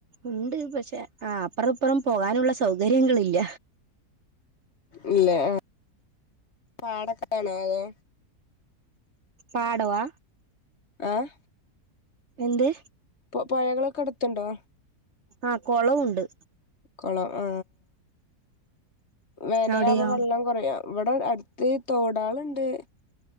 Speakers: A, on the right; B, on the left.
A: ഉണ്ട് പക്ഷെ ആ അപ്പുറംപ്പുറം പോകാനുള്ള സൗകര്യങ്ങളില്ല
B: ഇല്ലേ ആ പാടക്കെ ആണോ അതോ
A: പാടവാ
B: ആഹ്
A: എന്തേ
B: ഇപ്പൊ പുഴകളൊക്കെ എടുത്തുണ്ടോ?
A: ആഹ കുളവുണ്ട്
B: കുളം ആ വേനലുമ്പോ
A: അവിടെയോ
B: വെള്ളം കൊറയാ ഇവിടെ അടുത്ത് തോടാളുണ്ട്